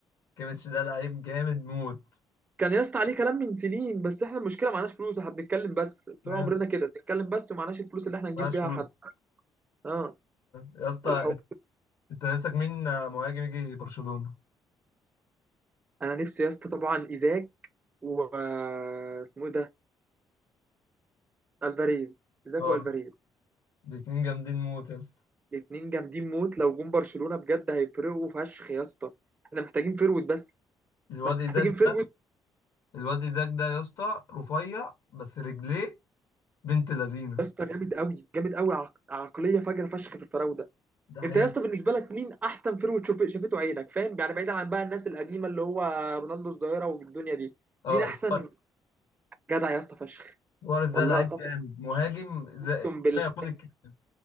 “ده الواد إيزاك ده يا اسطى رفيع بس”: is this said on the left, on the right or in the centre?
Left